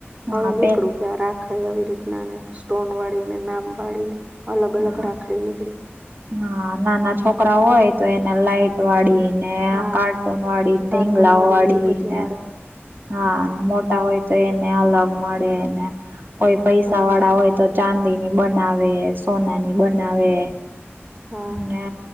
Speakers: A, on the right (about 50°); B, on the right (about 30°).
A: હા
B: હવે નીકળું
A: પે
B: ત્યાં રાખડી આવી રીતના ને સ્ટોન વાળી, ને નામ વાળી, ને અલગ-અલગ
A: હા
B: રાખડી નીકળી
A: હા, નાના છોકરા હોય તો એને લાઈટ વાળીને,
B: હા
A: કાર્ટૂન વાળી,
B: કાર્ટૂન
A: ડીંગલાઓ વાળી
B: ને એવી બધી
A: ને
B: મળે
A: હા, મોટા હોય તો એને અલગ મળે ને કોઈ પૈસા
B: હા
A: વાળા હોય તો ચાંદીની બનાવે, સોનાની બનાવે
B: હા.
A: ને